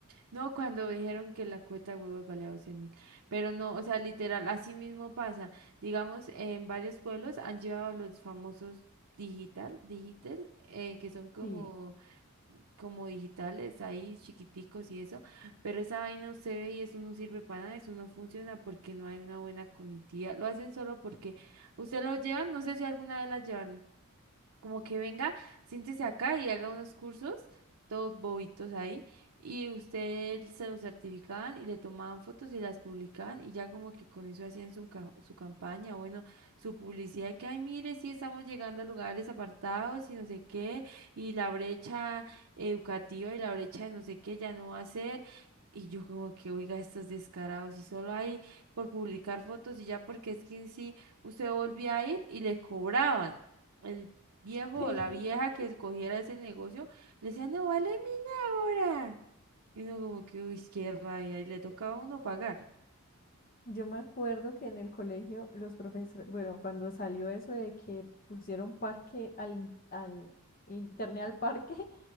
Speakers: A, on the right; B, on the left.
A: No, cuando dijeron que la cuota de huevos valía 12 mil. Pero no, o sea, literal, así mismo pasa. Digamos, en varios pueblos han llevado los famosos digital, digital, eh, que son como,
B: Sí.
A: como digitales ahí, chiquiticos y eso. Pero esa vaina usted ve y eso no sirve para nada, eso no funciona porque no hay una buena conectividad. Lo hacen solo porque usted lo lleva, no sé si alguna vez la llevaron como que venga, siéntese acá y haga unos cursos, todos bobitos ahí, y usted se los certificaban y le tomaban fotos y las publicaban y ya como que con eso hacían su, ca- su campaña, bueno, su publicidad, y que, ay, mire, sí estamos llegando a lugares apartados y no sé qué, y la brecha educativa y la brecha de no sé qué ya no va a ser. Y yo como que, oiga, estos descarados, y solo ahí por publicar fotos y ya porque es que en sí usted volvía a ir y le cobraban. el viejo
B: <laughs>
A: o la vieja que cogiera ese negocio, le decía, no vale mil ahora. Y uno como que, uy, qué rabia, y le tocaba a uno pagar.
B: Yo me acuerdo que en el colegio los profesores, bueno, cuando salió eso de que pusieron parque al, in- al internet al parque, <laughs>